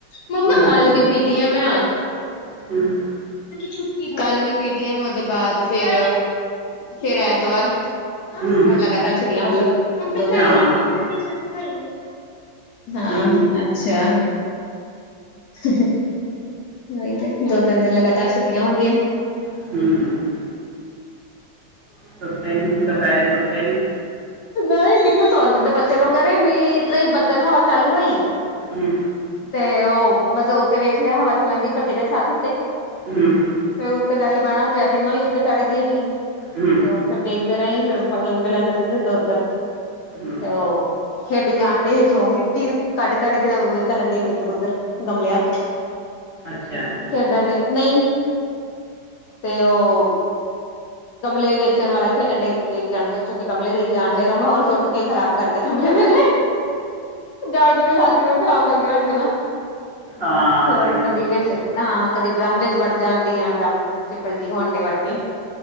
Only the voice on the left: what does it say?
ਮੰਮਾ
ਕਲ ਵੀ ਪੀਟੀ ਆ ਮੈ
ਛੁਟੀ ਕਲ ਵੀ ਪੀ ਟੀ ਐਮ ਦੇ ਬਾਅਦ ਫੇਰ ਫਿਰ ਐਤਵਾਰ
ਹੂਣ ਲਗਾਤਾਰ ਛੁੱਟੀਆਂ ਮਤਲਬ ਦੋ ਤਿੰਨ
ਦਿਨ ਹਾਂ
ਅਛਾ <unintelligible> ਉਹੀ ਤੇ ਦੋ ਤਿੰਨ ਦਿਨ ਲਗਾਤਾਰ ਛੁੱਟੀਆਂ ਹੋ ਗਆਂ।
ਨਹੀ ਕਿਥੇ ਸੋਦੇ ਬੱਚੇ ਲੋਂਗ ਮੇਰੀ ਤਈ ਬੱਦਲ ਹਵਾ ਚਾਲੂ ਹੋਇ-
ਤੇ ਉਹ ਬਸ ਉਤੇ ਵੇਖ ਲਿਆ ਹਵਾ ਚਲਣਡੀ ਭਜੇ ਗ ਛਤ ਉਤੇ
ਫੇਰ ਉਤੇ ਜਾ ਕੇ ਬਹਿਣਾ ਪਿਆ ਤਿੰਨੋ ਹੀ ਉਤੇ ਚੜ ਗਏ ਸੀ
ਤੇ ਉਹ ਫਿਰ ਵੇਖਦੇ ਰਹੇ ਫੇਰ- ਪੰਗੇ ਪੁਗੇ ਲੈਦੇ ਰਹਿਦੇ ਇਧਰ ਉਧਰ
ਤੇ ਉਹ ਖੇਡ ਜਾਣ ਡੇ ਚੋ ਮਿੱਟੀ ਕਢ ਕਢ ਕੇ ਕਰਨ ਡੇ ੲਦਰ ਉਦਰ ਗਮਲਿਆਂ ਤੋ ਖ
ਡਣਡੇ ਨਹੀ ਤੇ ਉਹ ਗਮਲੇ ਵੇਚਣ ਵਾਲਾ ਖੇਡਣ ਡੇ ਜਾਣ ਚੁਕ ਚੁੱਕ ਕੇ ਗਮਲੇ ਦੇ ਹੀ ਜਾਣ ਡੇ ਲਾਂ ਮੈ ਹੋਰ ਸੁੱਟ ਕੇ ਖਰਾਬ ਕਰਨੇ- ਗਮਲੇ ਮੇਰੇ ਜਾੜ ਜੜੇ ਲਾਤੀ ਮੈ ਖਰਾਬ ਕਰਕੇ ਰੱਖ ਦੇਣਾ
ਫੇਰ
ਕਦੀ ਵਿਚ ਹਾਂ, ਕਦੀ ਡਰਮ ਵਿਚ ਵੜ ਜਾਣਦਿਆਂ ਡਰਮ ਚ ਪਲਟੀ ਹੋਣ ਦੇ ਵੜਕੇ